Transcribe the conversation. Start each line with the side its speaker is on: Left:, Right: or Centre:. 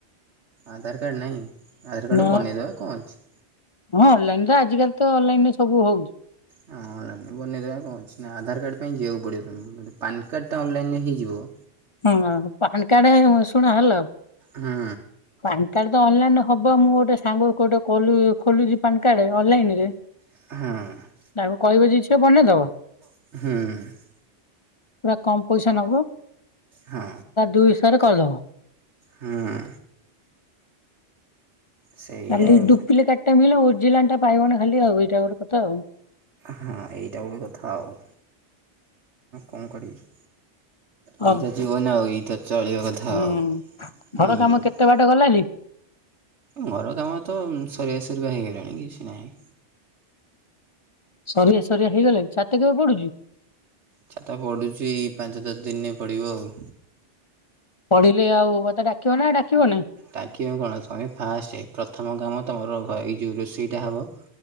Right: ଆଧାର କାର୍ଡ଼ ନାହିଁ ଆଧାର କାର୍ଡ଼
Left: ନା
Right: ବନେଇଦେବା କଣ ଅଛି।
Left: ହଁ ଅନଲାଇନ ର ଆଜିକାଲି ତ ଅନଲାଇନରେ ସବୁ ହୋଉଛି।
Right: ହଁ ଅନଲାଇରେବି ବନେଇଦବା କଣ ଅଛି ନା ଆଧାର କାର୍ଡ଼ ପାଇଁ ଯିବାକୁ ପଡ଼ିବ ତମ ଯଦି ପନ୍ କାର୍ଡ଼ଟା ଅନଲାଇନରେ ହେଇଯିବ।
Left: ହଁ ପାନ କାର୍ଡ ଶୁଣ ହେଲୋ
Right: ହୁଁ
Left: ପାନ କାର୍ଡ ତ ଅନଲାଇନ ହବ ମୁଁ ଗୋଟେ ସାଙ୍ଗ ଗୋଟେ ଖୋଲୁ ଖୋଲୁଛି ପାନ କାର୍ଡ ଅନଲାଇନରେ।
Right: ହଁ।
Left: ତାଙ୍କୁ କହିବା ଯଦି ସିଏ ବନେଇଦବ।
Right: ହୁଁ ହୁଁ।
Left: ପୁରା କମ ପଇସା ନବ।
Right: ହୁଁ।
Left: ଦୁଇ ଶହରେ ଖୋଲିଦବ।
Right: ହୁଁ ହୁଁ। ସେଇଆ
Left: କାଲି
Right: ଆଉ
Left: ଡୁପିଲିକେଟଟା ମିଳିଲ ଓଜିଲାଣି ଟା ପାଇବନି ଖାଲି ଆଉ ଏଇଟା ଗୋଟେ କଥା ଆଉ।
Right: ହଁ ଏଇଟା ଗୋଟେ କଥା ଆଉ, କଣ କରିବି? ଏଇ
Left: ଅ
Right: ତ ଜୀବନ ଆଉ ଏଇ ତ ଚଳିବା କଥା
Left: ହୁଁ
Right: ଆଉ ହୁଁ
Left: ଘର କାମ କେତେ ବାଟ ଗଲାଣି?
Right: ଘର କାମର ତ ସରିବା ସରିବା ହେଇଗଲାଣି କିଛି ନାହିଁ।
Left: ସରିଆ ସରିଆ ହେଇଗଲାଣି ଛାତ କେବେ ପଡୁଛି?
Right: ଛାତ ପଡ଼ୁଛି ପାଞ୍ଚ ଦଶ ଦିନରେ ପଡ଼ିବ ଆଉ।
Left: ପଡିଲେ ଆଉ ମତେ ଡାକିବ ନା ଡାକିବନି?
Right: ଡାକିବା କଣ ତୁମେ ଫାଷ୍ଟ ପ୍ରଥମ କାମ ତମର ଏଇ ଯେଉଁ ରୋଷେଇଟା ହେବ।